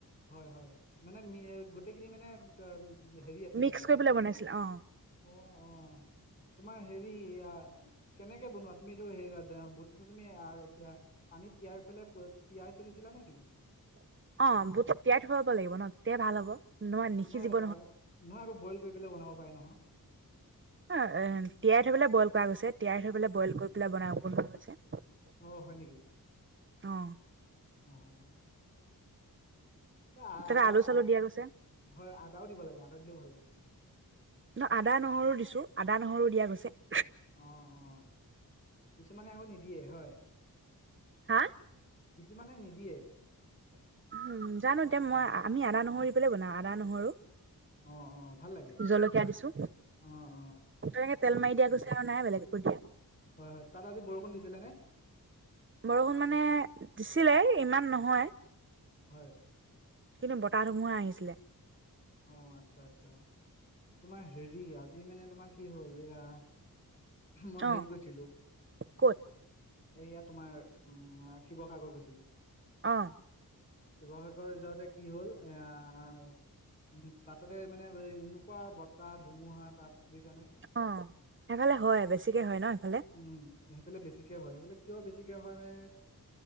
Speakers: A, on the left (about 35°); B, on the right (about 35°).
A: হয়', -হয়', মানে গোটেইখিনি মানে হেৰি আছিলে
B: মিক্স
A: আৰু
B: কৰি পেলাই বনাইছিলে অ
A: অ', - অ', তোমাৰ হেৰি এইয়া কেনেকে বনোৱা? তুমি এইটো হে', বুটটো তুমি পানীত তিয়াই পেলাই টিয়াই থৈছিলা নেকি
B: অ <unintelligible> তেতিয়াই ভাল হ'ব নিসিজিব
A: নহয় আৰু নহয় আৰু বইল কৰি পেলাই বনাব পাৰে নহয়।
B: অ', তিয়াই থৈপেলে বইল কৰা গৈছে তিয়াই থৈপেলে বইল কৰি পেলাই বনুৱা গৈছে।
A: অ', হয়', নেকি?
B: অহ',
A: অহ', এ', আদাৰ
B: তাতে আলু চালু দিয়া গৈছে
A: হয়', আদাও দিব লাগে, আদা দিলেও ভাল লাগে।
B: ন', আদা-নহৰু দিছো, আদা নহৰু দিয়া গৈছে।
A: অ', - অ', কিছুমানে আকৌ নিদিয়ে হয়।
B: হা',
A: কিছুমানে নিদিয়ে।
B: উম', জানো এতিয়া মই',
A: উম
B: আমি আদা-নহৰু
A: উম
B: দি পেলাই বনাও। আদা-নহৰু
A: অ অ ভাল লাগে
B: জলকীয়া দিছো,
A: অ অ
B: তেনেকে তেল মাৰি দিয়া গৈছে আৰু নাই দিব
A: হয় হয় তাত আজি বৰষুণ দিছিলে নে
B: বৰষুণ মানে দিছিলে ইমান নহয়
A: হয়
B: কিন্তু বতাহ ধুমুহা আহিছিলে
A: অঁ আচ্ছা আচ্ছা তোমাৰ হেৰি আজি মানে তোমাৰ কি হ'ল এয়া মই
B: অ
A: হেত গৈছিলো
B: ক'ত
A: এয়া তোমাৰ উম শিৱসাগৰ গৈছিলো
B: অঁ
A: শিৱসাগৰ যাওঁতে কি হ'ল আঁ উম বাটতে মানে এনেকুৱা বতাহ ধুমুহা তাত বুজিছানে
B: অঁ সেইফালে হয় বেছিকে হয় ন সেইফালে
A: উম সেইফালে বেছিকে হয় সেইফালে কিয় বেছিকে হয় মানে